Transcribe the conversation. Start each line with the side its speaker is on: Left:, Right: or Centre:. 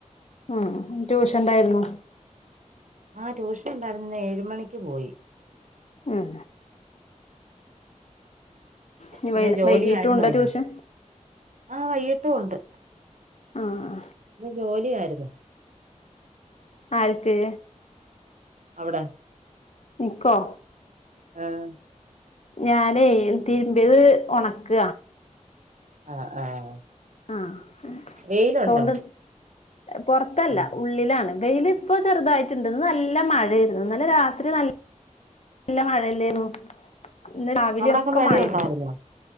Left: ആഹ് ട്യൂഷൻണ്ടായിരുന്നു
Right: ആഹ് ട്യൂഷൻ ഉണ്ടായിരുന്ന് ഇന്ന് ഏഴ് മണിക്ക് പോയി.
Left: ഉം. ഇനി
Right: പിന്നെ
Left: വൈ
Right: ജോലി
Left: വൈകീട്ടും
Right: ആയിരുന്നല്ലെ.
Left: ഉണ്ടോ ട്യൂഷൻ
Right: ആഹ് വൈകിട്ടും ഉണ്ട്.
Left: ആഹ്
Right: ഇ ജോലിയാര്ന്നോ.
Left: ആർക്ക്.
Right: അവിടെ
Left: ഇക്കോ.
Right: ആഹ്.
Left: ഞാനേ തിരുമ്പിയത് ഒണക്ക.
Right: ആഹ് ആഹ്.
Left: ആഹ്
Right: വെയിലുണ്ടോ
Left: സൗണ്ട് പുറത്തല്ല
Right: ഉം.
Left: ഉള്ളിലാണ് വെയില്. ഇപ്പൊ ചെറുതായിട്ടുണ്ട് നല്ല മഴയിരുന്നു ഇന്നലെ രാത്രി നല്ല. നല്ല മഴയല്ലേരുന്നു ഇന്ന് രാവിലെ
Right: അവിടൊക്കെ
Left: ഒക്കെ
Right: മഴ
Left: മഴരുന്നു.
Right: ഉണ്ടായിരുന്നോ